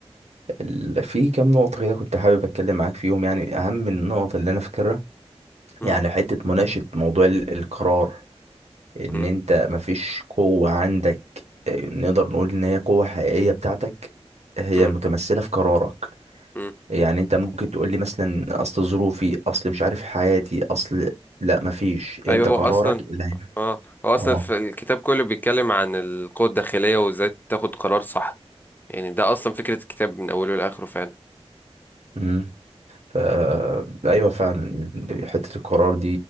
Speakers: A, on the right (about 85°); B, on the left (about 15°).
A: ال- في كام نقطه كده كنت حابب اتكلم معاك فيهم يعني اهم النقط اللي انا فاكرها
B: مم،
A: يعني حته مناقشه موضوع ال- القرار ان
B: مم،
A: انت مفيش قوه عندك آه، نقدر نقول ان هي قوه حقيقيه بتاعتك هي
B: مم،
A: متمثله في قرارك
B: مم.
A: يعني انت ممكن تقول لي مثلا اصل ظروفي اصل مش عارف حياتي اصل لا مفيش انت
B: ايوه
A: قرارك
B: هو اصلا
A: اللي هينفع.
B: اه هو اصلا
A: اه
B: في الكتاب كله بيتكلم عن القوة الداخلية وازاي تاخد قرار صح يعني ده اصلا فكرة الكتاب من اوله لاخره فعلا
A: امم ف ايوه فعلا حته القرار دي